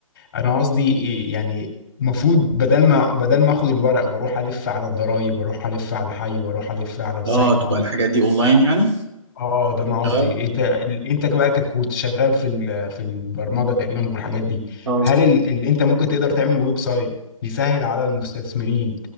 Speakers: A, on the left; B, on the right.
A: انا قصدي إيه يعني المفروض بدل ما بدل ما اخد الورق واروح الف على الضرايب واروح الف على حي واروح الف على الصحة
B: اه تبقى الحاجات دي أونلاين يعني
A: اه اه، ده انا قصدي
B: اه
A: انت ال- انت بقى كك- كنت شغال في ال- في البرمجه تقريبا والحاجات دي
B: اه
A: هل ال... ال... انت ممكن تقدر تعمل ويب سايت يسهل على المستثمرين